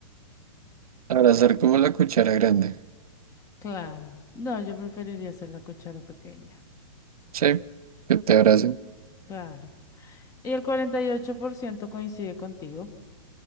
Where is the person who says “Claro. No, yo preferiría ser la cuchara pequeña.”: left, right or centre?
Left